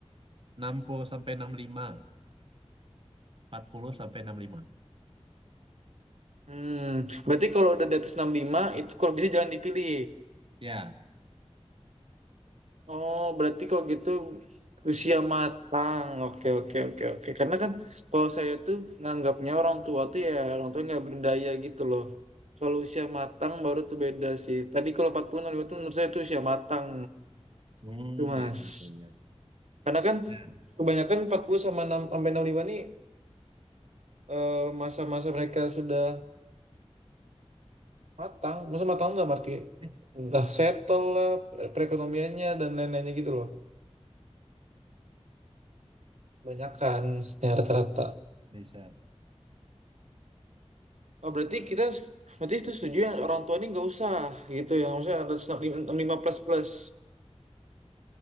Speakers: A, on the right (about 50°); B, on the right (about 75°).
A: enam puluh sampai enam puluh lima empat puluh sampai enam puluh lima
B: hmm berarti kalau udah di atas 65 itu kalau bisa jangan dipilih
A: Ya.
B: Oh, berarti kok gitu usia matang. Oke, oke, oke, oke. Karena kan kalau saya tuh nganggapnya orang tua tuh ya orang tua nggak berdaya gitu loh. Kalau usia matang baru tuh beda sih. Tadi kalau 40 65 tuh menurut saya tuh usia matang
A: Hmm,
B: tuh Mas.
A: ya, ya, ya.
B: Karena kan
A: Ya,
B: kebanyakan 40 sama 6 sampai 65 nih eh, masa-masa mereka sudah matang. Masa matang nggak berarti
A: ya,
B: entah settle lah perekonomiannya dan lain-lainnya gitu loh. Kebanyakan ya rata-rata.
A: Desa.
B: Oh, berarti kita berarti itu setuju yang orang tua ini nggak usah gitu yang maksudnya ada 65 plus plus